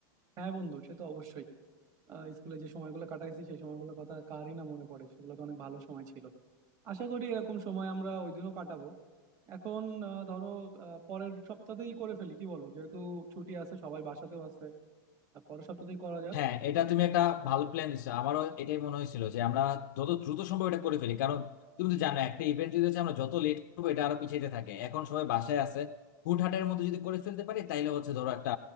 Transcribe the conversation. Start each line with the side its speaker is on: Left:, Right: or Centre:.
Right: হ্যাঁ বন্ধু সে তো অবশ্যই আহ, স্কুলে যে সময়গুলো কাটাইছি সেই সময়গুলোর কথা কারই না মনে পড়ে সেগুলো তো অনেক ভালো সময় ছিল আশা করি এরকম সময় আমরা ওই দিনও কাটাবো এখন আহ, ধরো আহ, পরের সপ্তাহতেই করে ফেলি কি বলো যেহেতু ছুটি আছে সবাই বাসাতেও আছে আর পরের সপ্তাহতেই করা যাক
Left: হ্যাঁ এটা তুমি একটা ভালো প্ল্যান দিচ্ছো আমারও এটাই মনে হয়েছিল যে আমরা যত দ্রুত সম্ভব এটা করে ফেলি কারণ তুমি তো জানো একটা ইভেন্ট যদি হচ্ছে আমরা যত লেট করবো এটা আরো পিছাইতে থাকে এখন সবাই বাসায় আছে হুটহাটের মতো যদি করে ফেলতে পারি তাইলে হচ্ছে ধরো একটা